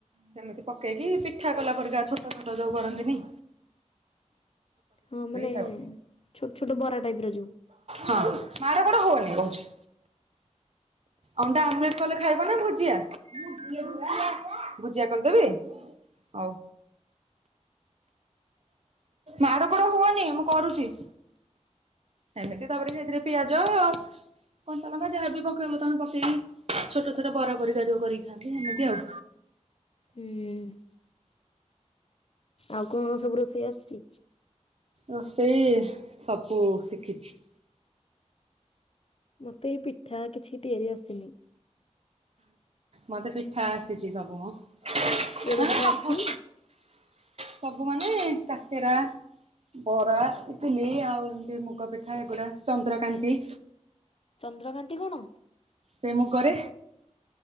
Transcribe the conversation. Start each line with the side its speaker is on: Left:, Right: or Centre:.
Right: ସେମିତି ପକେଇକି ପିଠା କଲା ପରିକା ଛୋଟ ଛୋଟ ଯୋଉ କରନ୍ତିନେଇ।
Left: ହଁ ମାନେ
Right: ଖାଇବ।
Left: ଛୋଟ ଛୋଟ ବରା ଟାଇପ୍ ର ଯୋଉ।
Right: ହଁ ମାଡ଼ ଗୋଡ଼ ହୁଅନି କହୁଛି। ଅଣ୍ଡା ଆମଲେଟ୍ କଲେ ଖାଇବ ନା ଭୁଜିଆ? ଭୁଜିଆ କରିଦେବି? ହଉ। ମାଡ଼ ଗୋଡ଼ ହୁଅନି ମୁଁ କରୁଚି। ହେମିତି ତାପରେ ସେଇଥିରେ ପିଆଜ କଞ୍ଚାଲଙ୍କା ଯାହା ବି ପକେଇବ ତମେ ପକେଇକି ଛୋଟ ଛୋଟ ବରା ପରିିକା ଯୋଉ କରି ଖାଆନ୍ତି ହେମିତି ଆଉ।
Left: ହୁଁ। ଆଉ କଣ ସବୁ ରୋଷେଇ ଆସଚି?
Right: ରୋଷେଇ ସବୁ ଶିଖିଛି।
Left: ମୋତେ ଏଇ ପିଠା କିଛି ତିଆରି ଆସିନି।
Right: ମତେ ପିଠା ଆସିଚି ସବୁ ମ
Left: ପୋଡ
Right: ତାନେ
Left: ପିଠା
Right: ସବୁ
Left: ଆସିଛି
Right: ସବୁ ମାନେ କାକେରା ବରା ଇଟିଲି ଆଉ ଏମିତି ମୁଗ ପିଠା ଏଗୁଡ଼ା ଚନ୍ଦ୍ରକାନ୍ତି।
Left: ଚନ୍ଦ୍ରକାନ୍ତି କଣ?
Right: ସେ ମୁଁ କରେ।